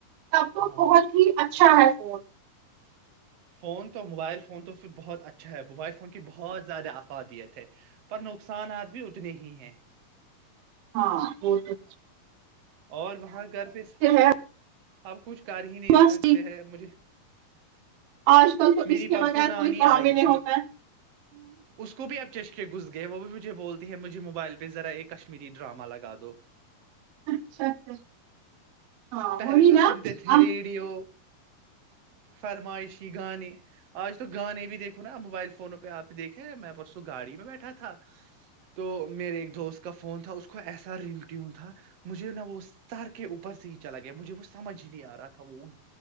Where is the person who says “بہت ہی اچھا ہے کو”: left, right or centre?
Right